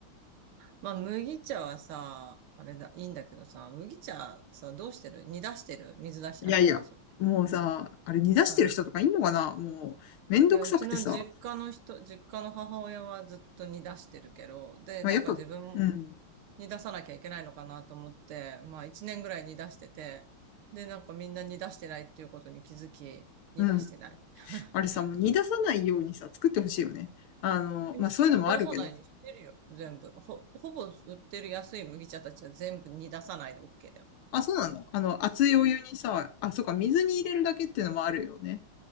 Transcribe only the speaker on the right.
まあ麦茶はさ、あれだ、いいんだけどさ、麦茶さ、どうしてる煮出してる水出し、
あ、そっか、そ
っか。
いや、うちの実家の人、実家の母親はずっと煮出してるけど、で、
なんか自分も
煮出さなきゃいけないのかなと思って、まあ一年ぐらい煮出してて、で、なんかみんな煮出してないっていうことに気づき、煮出してない。
<laughs>
え煮出さないにしてるよ、
全部。ほ、ほぼ売ってる安い麦茶たちは全部煮出さないで OK だよ。